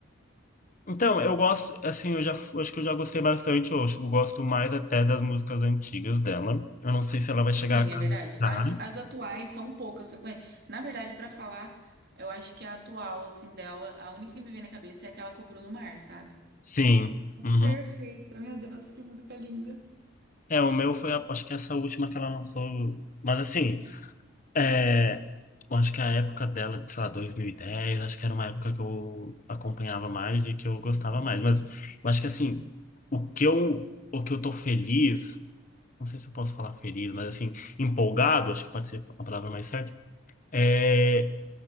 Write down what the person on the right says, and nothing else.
Sim,
é verdade. As, as atuais são poucas que eu conheço. Na verdade, pra falar, eu acho que a atual, assim, dela, a única que me vem na cabeça é aquela com o Bruno Mars, sabe?
Perfeito, meu Deus, que música linda.